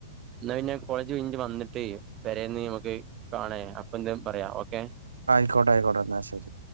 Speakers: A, on the right (about 30°); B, on the right (about 80°).
A: എന്നാ പിന്നെ കോളേജ് കഞ് വന്നിട്ട് വരന്ന് നമുക്ക് കാണേ അപ്പ എന്ത പറയാ ഓക്കെ
B: ആയിക്കോട്ടെ ആയിക്കോട്ടെ എന്ന എന്നാ ശരി